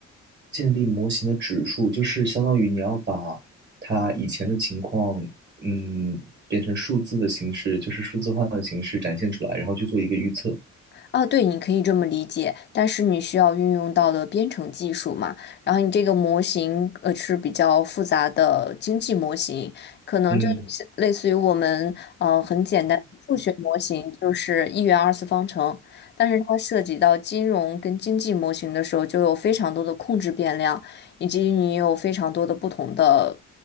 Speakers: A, on the right; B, on the left.
A: 建立模型的指数，就是相当于你要把它以前的情况，嗯，变成数字的形式，就是数字化的形式展现出来，然后去做一个预测。
B: 啊，对，你可以这么理解，但是你需要运用到的编程技术嘛，然后你这个模型呃是比较复杂的经济模型，可能就是类似于我们呃很简单的数学模型，
A: 嗯
B: 就是一元二次方程，但是它涉及到金融跟经济模型的时候，就有非常多的控制变量，以及你有非常多的不同的